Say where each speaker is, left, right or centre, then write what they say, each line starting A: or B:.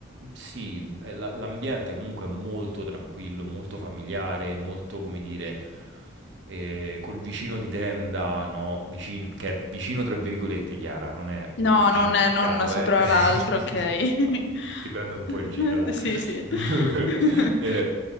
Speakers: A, on the right; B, on the left.
A: sì, è la- l'ambiente comunque è molto tranquillo, molto familiare, molto, come dire, eh, col vicino di tenda, no? Vicin- che è vicino tra virgolette, Chiara, non è
B: No,
A: proprio vicino
B: non, non
A: attaccato,
B: sopra
A: eh? <laughs>
B: l'altro, ok.
A: Ah, Ti prendo un
B: <laughs>
A: po' in giro, dai.
B: Sì,
A: <laughs>
B: sì. <laughs>
A: Eh,